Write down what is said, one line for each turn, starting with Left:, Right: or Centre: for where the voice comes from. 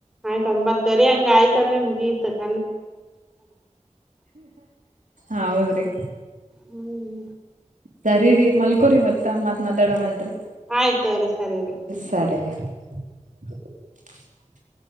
Centre: ಆಯ್ತ ಒಂಬತ್ತರೆ ಹಂಗ ಆಯ್ತ ಅಂದ್ರೆ ಮು ಗಿತ್ತು
Right: ಹೌದ್ರಿ
Centre: ಹ್ಮ್
Right: ಸರಿ ಮಲ್ಕೋರಿಮತ್ತ ಮತ್ತ ಮಾತಾಡಮ್ತ್ರಿ
Centre: ಆಯ್ತ ತೋರಿ ಸರಿ ರೀ.
Right: ಸರಿ ರಿ. ಹ್ಮ್ಮ್.